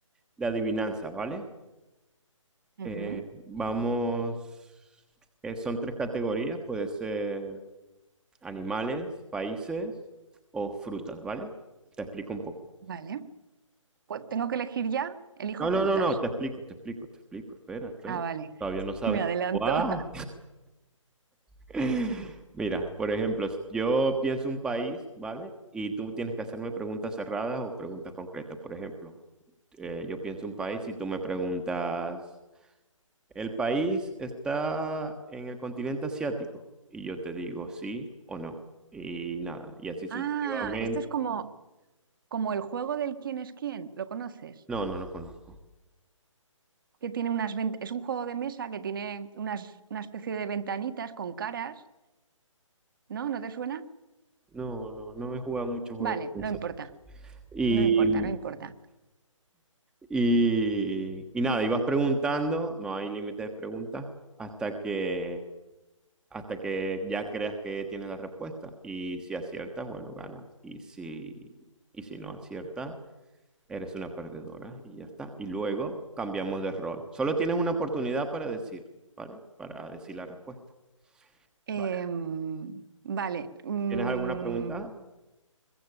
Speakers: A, in the centre; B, on the right (about 40°).
A: de adivinanza, ¿vale?
B: Ujú,
A: Eh, vamos. eh, son tres categorías: puede ser animales, países o frutas, ¿vale? Te explico un poco.
B: Vale. Pues, ¿tengo que elegir ya? Elijo
A: No, no,
B: frutas.
A: no, no, te explico, te explico, te explico. Espera, espera.
B: Ah, vale.
A: Todavía
B: <laughs>
A: no sabes
B: Me adelanto.
A: cómo va.
B: <laughs>
A: <laughs> Mira, por ejemplo, yo pienso un país, ¿vale? Y tú tienes que hacerme preguntas cerradas o preguntas concretas. Por ejemplo, eh, yo pienso un país y tú me preguntas, ¿el país está en el continente asiático? Y yo te digo sí o no. Y nada, y así sucesivamente.
B: Ah, esto es como, como el juego del quién es quién. ¿Lo conoces?
A: No, no lo conozco.
B: Que tiene unas ven- es un juego de mesa que tiene unas, una especie de ventanitas con caras, ¿no? ¿No te suena?
A: No, no, no he jugado muchos juegos
B: Vale,
A: de
B: no
A: pensamiento.
B: importa,
A: Y
B: no importa, no importa.
A: Y, y nada, ibas preguntando, no hay límite de preguntas, hasta que, hasta que ya creas que tienes la respuesta. Y si aciertas, bueno, ganas. Y si, y si no aciertas, eres una perdedora y ya está. Y luego cambiamos de rol. Solo tienes una oportunidad para decir, ¿vale? Para decir la respuesta.
B: Em,
A: Vale.
B: vale, mm,
A: ¿Tienes alguna pregunta?